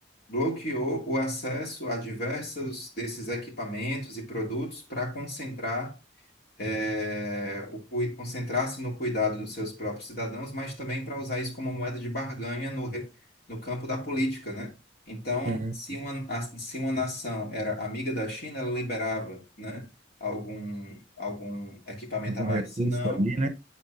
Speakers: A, on the left; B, on the right.
A: bloqueou o acesso a diversos desses equipamentos e produtos para concentrar, eh, o cui- concentrar-se no cuidado dos seus próprios cidadãos, mas também para usar isso como moeda de barganha no, re- no campo da política, né? Então,
B: Tem
A: se uma, a- se uma nação era amiga da China, ela liberava, né, algum, algum equipamento
B: algum
A: a mais.
B: recurso
A: Se não,
B: ali, né?